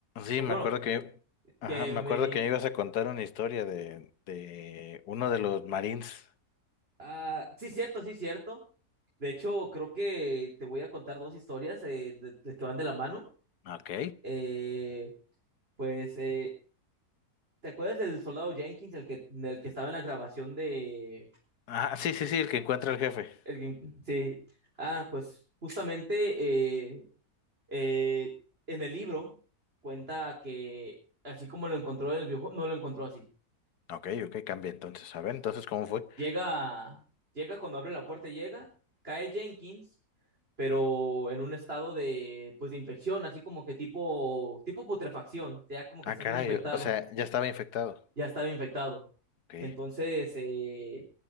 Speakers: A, on the left; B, on the right.
A: Sí,
B: O
A: me
B: bueno,
A: acuerdo que, ajá,
B: que
A: me
B: me
A: acuerdo que me ibas a contar una historia de, de uno de los Marines.
B: ah, sí cierto, sí cierto. De hecho, creo que te voy a contar dos historias eh, de- de- que van de la mano.
A: Ok.
B: Eh, pues, eh, ¿te acuerdas del soldado Jenkins, el que el que estaba en la grabación de
A: Ah, sí, sí, sí, el que encuentra al jefe.
B: El Gin- sí. Ah, pues justamente eh, eh, en el libro cuenta que así como lo encontró en el videojuego, no lo encontró así.
A: Ok, ok, cambia entonces. A ver, entonces, ¿cómo fue?
B: Llega, llega cuando abre la puerta, llega, cae Jenkins, pero en un estado de, pues, de infección, así como que tipo, tipo putrefacción, ya como que
A: Ah,
B: estás
A: caray,
B: bien infectado,
A: o sea, ya estaba infectado.
B: ya estaba infectado.
A: Ok.
B: Entonces, eh,